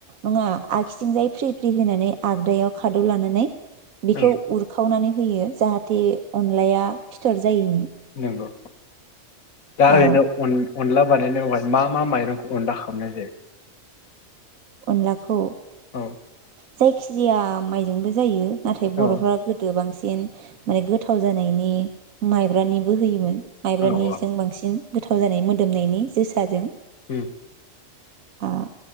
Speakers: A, on the right (about 85°); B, on the left (about 85°).
A: नङा आगसिथिंजाय फ्रि फ्रि होनानै आगदायाव खादौ लानानै। बेखौ
B: ओं
A: उरखावनानै। होयो जाहाथे अनलाया फिथर। जायैनि
B: नंगौ दा
A: औ
B: ओरैनो अन-अनला। बानायनायावहाय मा मा माइरंखौ अनला खामनाय जायो?
A: अनलाखौ।
B: औ
A: जायखिजाया माइजोंबो जायो। नाथाय
B: औ
A: बर'फ्रा गोदो बांसि सिन माने गोथाव जानायनि माइब्रानि। बो होयोमोन माइब्रानिजों
B: औ औ
A: बांसिन। गोथाव जानाय मोदोमनायनि जोसाजों
B: उम।
A: ओ।